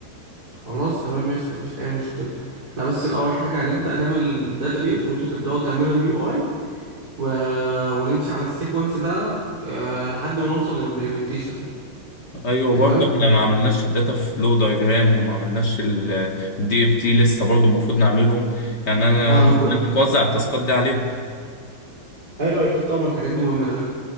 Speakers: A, on the right (about 20°); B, on the left (about 35°).
A: خلاص تمام ماشي مفيش اي مشكلة احنا بس الاول حاجة هنبدأ نعمل الداتابيز وانتوا تبدأوا تعملوا اليو اي و... ونمشي على السيكونس ده آه لحد ما نوصل للامبلمنتيشن
B: ايوه
A: تمام
B: برضه احنا ما عملناش الداتا فلو دايجرام وما عملناش الدي اف دي لسه برضه المفروض نعملهم يعني انا
A: ما
B: المفروض
A: كل
B: انت توزع التاسكات دي عليهم
A: ايوه اكيد طبعا الحاجات دي مهمة لازم